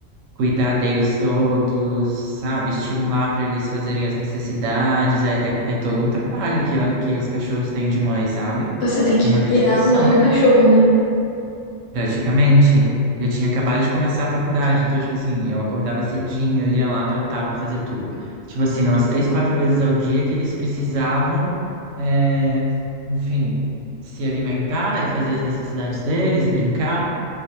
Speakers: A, on the right (about 85°); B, on the left (about 60°).
A: cuidar deles todos, sabe? Estimular para eles fazerem as necessidades. É, é, é todo um trabalho que, a- que os cachorros têm de mãe, sabe?
B: Você tem que
A: Uma
B: virar
A: dedicação,
B: a mãe do cachorro, né?
A: praticamente. E Eu tinha acabado de começar a faculdade, então, tipo assim, eu acordava cedinho, eu ia lá, tratava, fazia tudo. Tipo assim, eram umas três, quatro vezes ao dia que eles precisavam, é, enfim, se alimentar e fazer as necessidades deles e brincar.